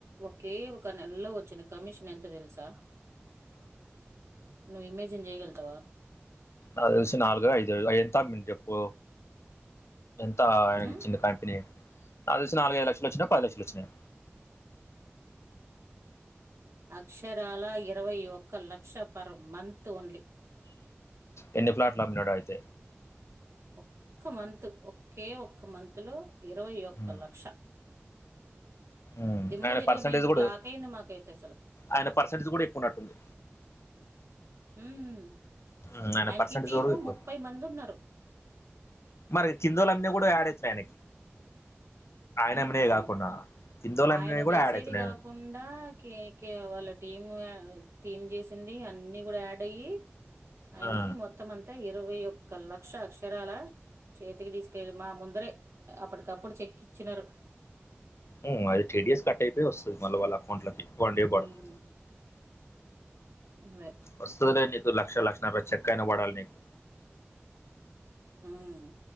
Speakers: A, on the right (about 85°); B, on the left (about 75°).
A: ఒకే ఒక నెలలో వచ్చిన కమిషన్. ఎంత తెలుసా నువ్వు ఇమేజిన్ చేయగలుగుతావా.
B: ఆహ్ తెలుసు నాలుగో ఐదో ఎంతా అమ్మిండో చెప్పు. ఎంత ఆయనకు
A: ఉమ్,
B: ఇచ్చింది కంపెనీ. తెలుసు నాలుగైదు లక్షలు వచ్చినయా పది లక్షలు వచ్చినయా.
A: అక్షరాల ఇరవై ఒక్క లక్ష పర్ మంత్ ఓన్లీ.
B: ఎన్ని ఫ్లాట్లు అమ్మినాడో అయితే.
A: ఒక్క మంత్ ఒకే ఒక్క మంత్ లో ఇరవై ఒక్క
B: ఉమ్,
A: లక్ష.
B: ఉమ్,
A: దిమ్మ
B: ఆయన
A: తిరిగి
B: పర్సంటేజ్
A: మైండ్
B: కూడా
A: బ్లాక్ అయింది మాకు అయితే అసలు.
B: ఆయన పర్సంటేజ్ కూడా ఎక్కువ ఉన్నట్టుంది
A: ఉమ్. ఉమ్
B: ఉమ్, ఆయన
A: ఆయనకి
B: పర్సంటేజ్
A: టీము
B: కూడా ఎక్కువ
A: ముప్పై మంది ఉన్నారు.
B: మరి కిందోలాని. నువ్వు కూడా యాడించేయండి ఆయన
A: హ్మ్
B: రెమిడి కాకుండా. కిందోలు
A: ఆయన
B: అమ్మినవి
A: చేసేది
B: కూడా యాడ్ అవుతున్నాయి
A: కాకుండా కే కే వాళ్ళది. టీం టీమ్ చేసింది అన్ని కూడా యాడ్ అయ్యి. ఆయనకి
B: ఆ.
A: మొత్తం అంతా ఇరవై ఒక్క లక్ష అక్షరాల. చేతికి తీసుకెళ్ళి మా ముందరే అప్పటికప్పుడు చెక్కిచ్చినారు.
B: ఉమ్ అది టీడిఎస్ కట్ అయితే వస్తుంది మళ్ళా వాళ్ళ అకౌంట్లకి వన్డే
A: హ్మ్
B: పడుతుంది.
A: ఇవే
B: వస్తుందిలే నీకు లక్ష లక్షన్నర చెక్కయిన పడాలి నీకు.
A: హ్మ్